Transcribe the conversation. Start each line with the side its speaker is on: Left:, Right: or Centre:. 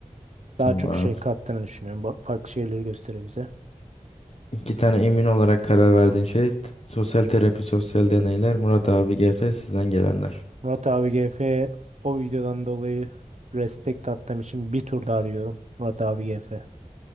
Left: Tamam.
Right: Daha çok şey kattığını düşünüyorum. Ba- Farklı şeyleri gösteriyor bize.
Left: İki tane emin olarak karar verdiğin şey t- sosyal terapi, sosyal deneyler. Murat abi GF sizden gelenler.
Right: Murat abi GF o videodan dolayı Respect attığım için bir tur daha diyorum. Murat abi GF.